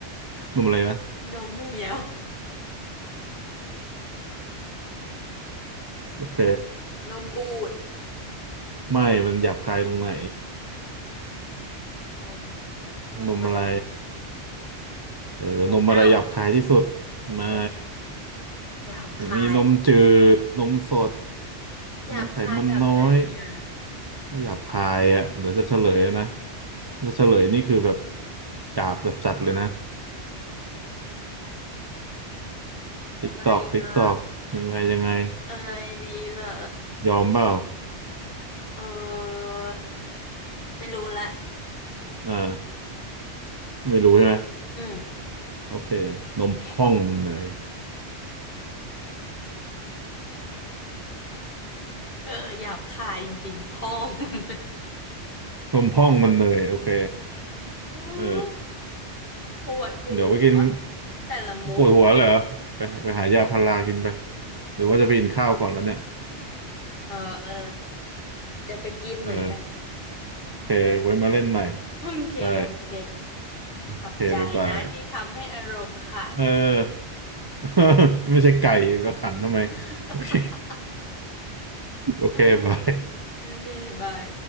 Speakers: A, on the right; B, on the left.
A: นมอะไรนะ
B: นมเหี่ยว
A: โอเค
B: นมบูด
A: ไม่มันหยาบคายตรงไหน
B: นมนมอะไร
A: นมอะไรเออนมอะไรหยาบคายที่สุด
B: นมเน่า
A: ไม่
B: นมเน่าหยาบคาย
A: มีนมจืดนมสด
B: หยาบคายแบบไหนอ่ะ
A: นมไขมันน้อยก็หยาบคายอ่ะเดี๋ยวจะเฉลยนะจะเฉลยนี่คือแบบหยาบจัดๆเลยนะ
B: อะไรอ่ะ
A: ติ๊กตอกติ๊กตอกยังไงยังไง
B: อะไรดีล่ะ
A: ยอมเปล่า
B: เออไม่รู้ละ
A: อ่าไม่รู้ใช่ไหม
B: อืม
A: โอเค นมพองมันเนย
B: เออหยาบคายจริงๆพ่อมัน
A: นมพองมันเนยโอเค
B: <laughs> อืม
A: เออ
B: ปวดหัว
A: เดี๋ยวไปกิน
B: แต่ละมุกนี่
A: ปวดหัวเหรอไปไปหายาพารากินไป หรือว่าจะไปกินข้าวก่อนแล้วเนี่ย
B: เออเออจะไปกินเหมือนกัน
A: เออโอเค ไว้มาเล่นใหม่
B: โอเคโอเค
A: ได้โอเคบ๊ายบาย
B: ขอบใจนะที่ทำให้อารมณ์ขัน
A: เออ <laughs> ไม่ใช่ไก่แล้วขันทำไม
B: <laughs>
A: โอเค <laughs> โอเคบาย
B: เออโอเคบาย